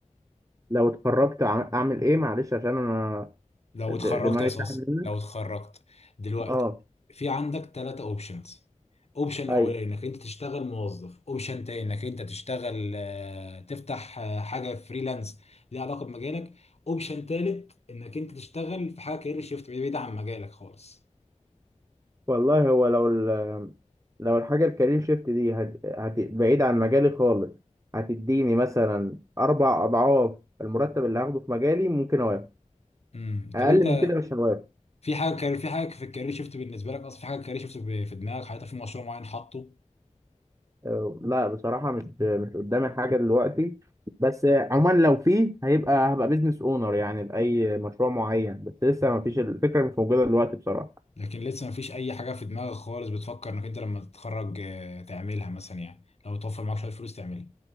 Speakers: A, on the right; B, on the left.
A: لو اتخرجت أع- اعمل ايه معلش عشان انا
B: لو
A: د-
B: اتخرجت
A: دماغي
B: يا صاص
A: ساحب منك
B: لو اتخرجت دلوقتي
A: اه
B: في عندك ثلاثة اوبشنز اوبشن
A: ايوه
B: اولاني انك انت تشتغل موظف اوبشن تاني انك انت تشتغل آه، تفتح آه، حاجة فريلانس ليها علاقة بمجالك اوبشن تالت انك انت تشتغل في حاجة كارير شيفت بعيد عن مجالك خالص
A: والله هو لو ال- لو الحاجه الكارير شيفت دي هت... هت... بعيد عن مجالي خالص هتديني مثلا اربع اضعاف المرتب اللي هاخده في مجالي ممكن اوافق
B: امم
A: اقل
B: طب انت
A: من كده مش هوافق
B: في حاجه كان في حاجه في الكارير شيفت بالنسبه لك اصلا في حاجه كارير شيفت ب- في دماغك حاططها في مشروع معين حاطه
A: آه، لا بصراحة مش مش قدامي حاجة دلوقتي بس آه، عموما لو في هيبقى هبقى بيزنس اونر يعني لأي مشروع معين بس لسه ما فيش الفكرة مش موجودة دلوقتي بصراحة
B: لكن لسه ما فيش اي حاجه في دماغك خالص بتفكر انك انت لما تتخرج آه، تعملها مثلا يعني لو توفر معاك شويه فلوس تعملها